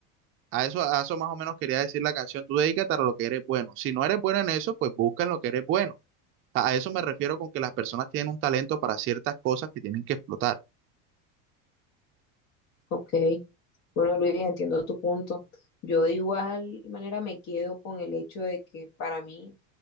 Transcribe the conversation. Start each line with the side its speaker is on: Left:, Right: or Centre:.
Right: A eso, a eso más o menos quería decir la canción, tú dedícate a lo que eres bueno. Si no eres bueno en eso, pues busca en lo que eres bueno. A, a eso me refiero con que las personas tienen un talento para ciertas cosas que tienen que explotar.
Left: Ok, bueno Luis, entiendo tu punto. Yo de igual manera me quedo con el hecho de que para mí